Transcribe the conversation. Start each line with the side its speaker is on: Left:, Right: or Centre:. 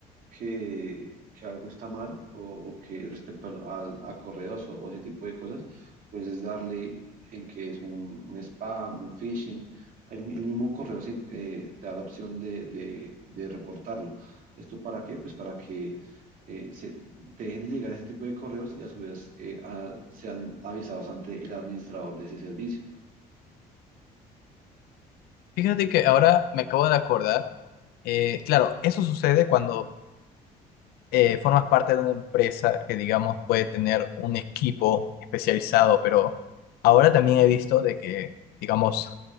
Right: que, que algo está mal o, o que respecto al, al- a correos o, o ese tipo de cosas? Pues es darle en que es un, un spam, un phishing. El, el mismo correo se- eh, te da la opción de, de- de reportarlo. ¿Esto para qué? Pues para que eh, se, te dejen de llegar ese tipo de correos y a su vez eh, a- sean avisados ante el administrador de ese servicio.
Left: Fíjate que ahora me acabo de acordar, eh, claro, eso sucede cuando eh, formas parte de una empresa que digamos puede tener un equipo especializado, pero ahora también he visto de que, digamos,